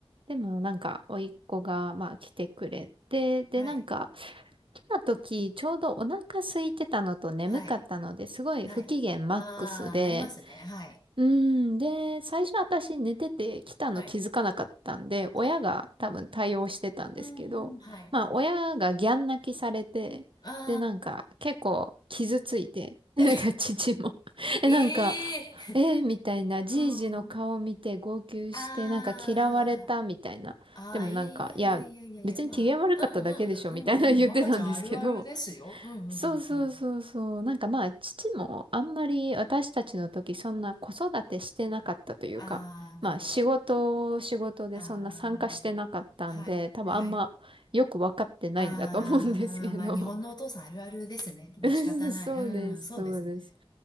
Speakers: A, on the right; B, on the left.
A: でもなんか、甥っ子が、まあ、来てくれて、で、
B: はい、
A: なんか、来た時、ちょうどお腹空いてたのと眠かったので、
B: はい、
A: すごい不機嫌マックスで、
B: はい。ああ、なりますね。はい、
A: うん。で、最初私寝てて来たの気づかなかったんで、
B: はい、はい。
A: 親が多分対応してたんですけど、
B: うーん、はい。
A: まあ親がギャン泣きされて、
B: あ
A: で、なんか結構傷ついて、<laughs>
B: あ、
A: でなんか父も <laughs> え、
B: <laughs>
A: なんか、
B: ええ
A: えーみたいな、じいじの顔見て号泣して、
B: ー、うん。あ
A: なんか嫌われたみたいな。
B: あ、ああ、
A: でもなんか、
B: いやいやいやいやいやいや、
A: いや、別に機嫌悪かっただけでしょみたいな言ってたんですけど、
B: まあ、うんうんうんうんうん、若ちゃんあるあるですよ。うんうんうんうんうん。
A: そうそうそうそう。なんかまあ、父もあんまり私たちの時そんな子育てしてなかったというか、
B: ああ、なるほど。
A: まあ仕事、仕事でそんな参加してなかったんで、
B: ああ、はい、
A: 多分あんまよく分かってないんだと思うんですけど。
B: はい。ああ、まあまあ、日本のお父さんあるあるですね。まあ仕方ない。
A: <laughs> そうです、
B: うん、そうですね。
A: そうです。